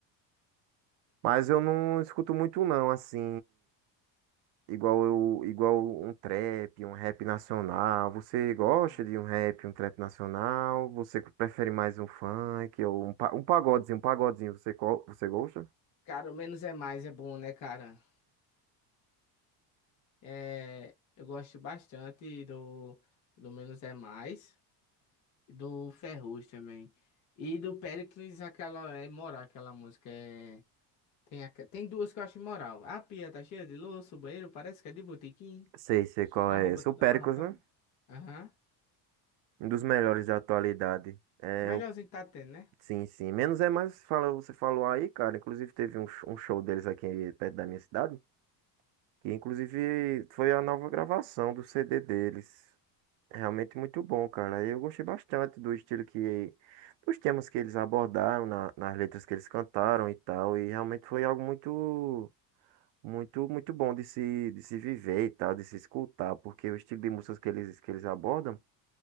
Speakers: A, on the right (about 75°); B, on the left (about 40°).
A: mas eu não escuto muito, não, assim. Igual eu, igual um trap, um rap nacional. Você gosta
B: Sim.
A: de um rap, um trap nacional? Você prefere mais um funk ou um, pa- um pagodezinho, um pagodezinho, você, qual, você gosta?
B: Cara, o menos é mais é bom, né, cara? É, eu gosto bastante do, do Menos é Mais, do Ferrugem também. E do Péricles, aquela é morar, aquela música é Tem, a... ca- tem duas que eu acho imoral. A pia tá cheia de louça, o banheiro parece que é de botequim.
A: Sei, sei qual
B: A
A: é
B: roupa
A: esse.
B: toda
A: O Péricles,
B: amarrotada.
A: né?
B: Aham.
A: Um dos melhores da atualidade. É,
B: Melhorzinho
A: o-
B: que tá tendo, né?
A: sim, sim. Menos é mais, fala, você falou aí, cara. Inclusive teve um, sh- um show deles aqui perto da minha cidade. Que inclusive foi a nova gravação do CD deles. É Realmente muito bom, cara. Eu gostei bastante do estilo que, dos temas que eles abordaram, na- nas letras que eles cantaram e tal. E realmente foi algo muito, muito, muito bom de se, de se viver e tal, de se escutar, porque o estilo de músicas que eles, que eles abordam,